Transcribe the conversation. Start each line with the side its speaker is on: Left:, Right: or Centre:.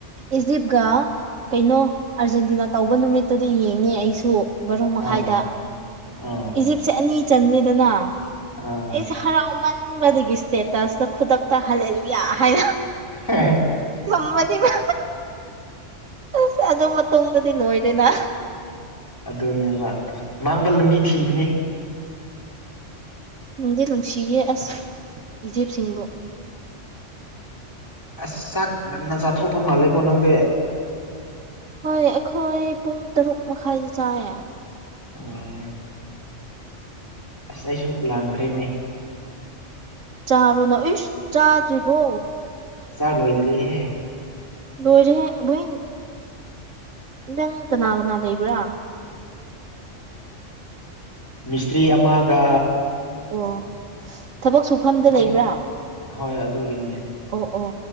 Right: ꯏꯖꯤꯞꯒ ꯀꯩꯅꯣ ꯑꯥꯔꯖꯦꯟꯇꯤꯅꯥ ꯇꯧꯕ ꯅꯨꯃꯤꯠꯇꯨꯗꯤ ꯌꯦꯡꯉꯦ ꯑꯩꯁꯨ ꯕꯥꯔꯨꯡ ꯃꯈꯥꯏꯗ
Left: ꯑꯣ ꯑꯣ
Right: ꯏꯖꯤꯞ ꯁꯦ ꯑꯅꯤ ꯆꯟꯅꯤꯗꯅ
Left: ꯑꯥ
Right: ꯑꯩꯁꯦ ꯍꯔꯥꯎꯃꯟꯕꯗꯒꯤ ꯏꯁ꯭ꯇꯦꯠ ꯇꯁ ꯈꯨꯗꯛꯛꯇ ꯍꯂꯂꯕꯤ ꯍꯥꯏ
Left: ꯍ
Right: ꯊꯃꯅꯤꯃ ꯑꯁ ꯑꯗꯨ ꯃꯇꯨꯡꯗꯗꯤ ꯂꯣꯏꯔꯦꯅ
Left: ꯑꯗꯨꯅꯦꯕ ꯃꯥꯡꯕ ꯂꯝꯕꯤ ꯊꯤꯕꯅꯦ
Right: ꯅꯨꯡꯗꯤ ꯅꯨꯡꯁꯤꯌꯦ ꯑꯁ ꯏꯖꯤꯦꯞꯁꯤꯡꯕꯨꯣ
Left: ꯑꯁ ꯆꯥꯛ ꯉꯟꯅ ꯆꯥꯊꯣꯛꯄ ꯃꯥꯜꯂꯦꯀꯣ ꯅꯪꯗꯤ
Right: ꯍꯣꯏ ꯑꯩꯈꯣꯏ ꯄꯨꯡ ꯇꯔꯨꯛ ꯃꯈꯥꯏꯗ ꯆꯥꯏꯌꯦ
Left: ꯑꯣ ꯑꯁ ꯑꯩꯁꯨ ꯂꯥꯡꯈ꯭ꯔꯦꯅꯦ
Right: ꯆꯥꯔꯣꯅ ꯏꯁ ꯆꯥꯗ꯭ꯔꯤꯕꯣ
Left: ꯆꯥꯛ ꯂꯣꯏꯗ꯭ꯔꯤꯍꯦ
Right: ꯂꯣꯏꯔꯍꯦ ꯣꯏ ꯅꯪ ꯀꯅꯥ ꯀꯅꯥ ꯂꯩꯕ꯭ꯔꯥ
Left: ꯃꯤꯁꯇ꯭ꯔꯤ ꯑꯃꯒ
Right: ꯑꯣ ꯊꯕꯛ ꯁꯨꯐꯝꯗ
Left: ꯑꯩꯈꯣꯏ
Right: ꯂꯩꯕ꯭ꯔꯥ
Left: ꯍꯣꯏ ꯑꯗꯨꯒꯤꯅꯦ
Right: ꯑꯣ ꯑꯣ